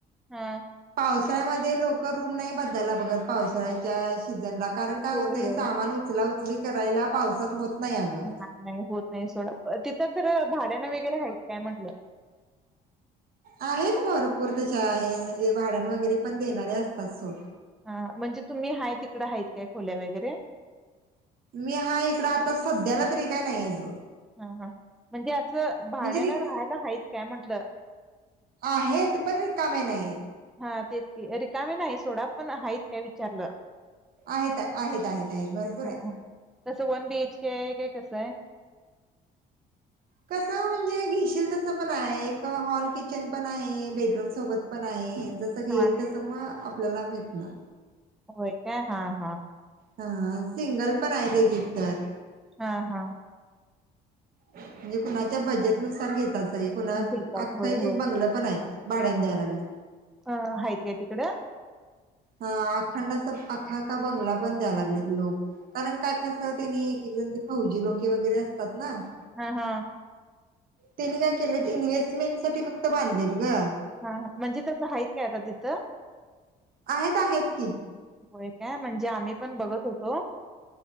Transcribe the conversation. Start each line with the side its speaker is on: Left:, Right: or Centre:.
Centre: हा.
Right: पावसाळ्यामध्ये लोक रूम नाही बदलयला बघत, पावसाळ्याच्या सीझनला, कारण
Centre: होय
Right: काय होतय?
Centre: होय.
Right: सामान उचला उचली करायला, पावसात होत नाही अगं.
Centre: नाही नाही, होत नाही सोडा, तिथं खरं भाड्यान वगैरे आहेत काय म्हटलं?
Right: आहेत, भरपूर तशा आहेत, म्हणजे भाड्याने वगैरे पण देणारे असतात सोड.
Centre: हा, म्हणजे तुम्ही आहे तिकडं आहेत काय खोल्या वगैरे?
Right: मी हाय इकड, आता सध्याला तरी काय नाहीयेत बग.
Centre: हा हा, म्हणजे असं, भाड्यान
Right: म्हणजे रि
Centre: राहायला हायीत काय म्हटलं?
Right: आहेत पण रिकामे नाही.
Centre: हा तेच की रिकामी नाही सोडा पण हाईत काय विचारलं.
Right: आहेत आहेत आहेत आहेत भरपूर
Centre: हा
Right: आहेत.
Centre: तसं वन बीएच केे हाय काय कसं आहे?
Right: कसं म्हणजे घेशील तसं पण आहे एक हॉल किचन पण आहे, बेडरूम सोबत पण आहे जस घेईल
Centre: हा
Right: तस मग आपल्याला भेटणार.
Centre: होय काय हा हा.
Right: हा सिंगल पण आहे एक-एक तर.
Centre: हा हा.
Right: म्हणजे कुणाच्या बजेट नुसार घेतात सगळे कुणा
Centre: घेतात
Right: अख्खं
Centre: होय
Right: एक
Centre: होय.
Right: बंगलं पण आहे. भाड्याने द्यायला लागले.
Centre: अ हायत काय तिकड?
Right: हा अखंड अस आख्खा बंगला बन द्यायला लागलेत लोक कारण काय कसं त्यांनी फौजी लोके वगैरे असतात ना. <inaudible>
Centre: हा हा
Right: त्यांनी काय केलं इन्व्हेस्टमेंट साठी फक्त बांधलेत ग.
Centre: हा हा म्हणजे तसं हाई‌त काय आता तिथं?
Right: आहेत आहेत की.
Centre: होय काय म्हणजे आम्ही पण बघत होतो.